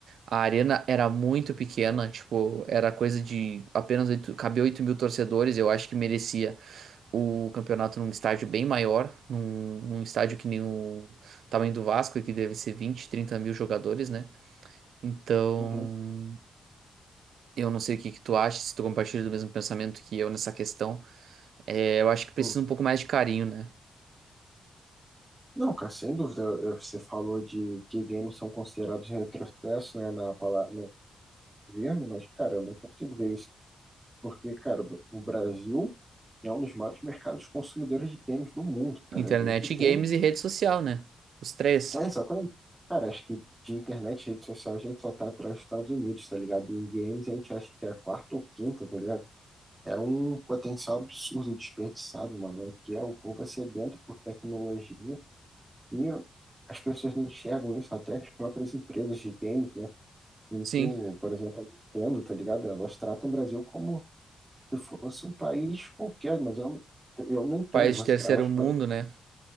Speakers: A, on the right; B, on the right.
A: a arena era muito pequena, tipo, era coisa de apenas 8, cabia oito mil torcedores. Eu acho que merecia o campeonato num estádio bem maior, num, num estádio que nem o tamanho do Vasco, que deve ser 20, 30 mil jogadores, né? Então.
B: Uhum,
A: Eu não sei o que que tu acha, se tu compartilha do mesmo pensamento que eu nessa questão. É, eu acho que precisa
B: uhum.
A: um pouco mais de carinho, né?
B: Não, cara, sem dúvida. eh, Você falou de que games são considerados retrocesso, né, na palavra no governo, mas, cara, eu não consigo ver isso, porque, cara, o Brasil é um dos maiores mercados consumidores de games do mundo, cara.
A: Internet,
B: A gente tem.
A: games e rede social, né? Os três.
B: É, exatamente. Cara, acho que de internet e redes sociais a gente só tá atrás dos Estados Unidos, tá ligado? E em games a gente acha que é a quarta ou quinta, tá ligado? É um potencial absurdo desperdiçado, mano, que é o povo é sedento por tecnologia e as pessoas não enxergam isso, até as próprias empresas de games, né? Muito,
A: Sim,
B: por exemplo, a Nintendo, tá ligado? Elas tratam o Brasil como se fosse um país qualquer, mas eu, eu não entendo.
A: país
B: você-
A: de terceiro
B: Elas
A: mundo,
B: podem,
A: né?